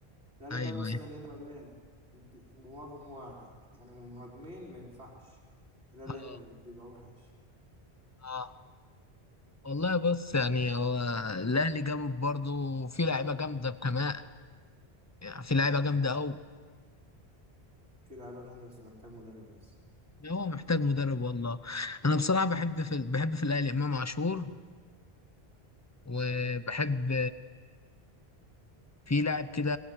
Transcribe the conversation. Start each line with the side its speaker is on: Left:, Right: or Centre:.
Right: ده لما
Left: ايوه
Right: مثلا
Left: ايوه
Right: يلعب إيه بمهاجم واحد يعني مهاجمين ما ينفعش ده اللي
Left: اه
Right: بيبقى وحش
Left: اه والله بص يعني هو الاهلي جامد برضه وفي لعيبه جامده كمان يعني في لعيبه جامده قوي
Right: في لعيبة جامدة بس محتاج مدرب بس
Left: هو محتاج مدرب والله انا بصراحه بحب في بحب في الاهلي امام عاشور وبحب
Right: امم
Left: في لاعب كده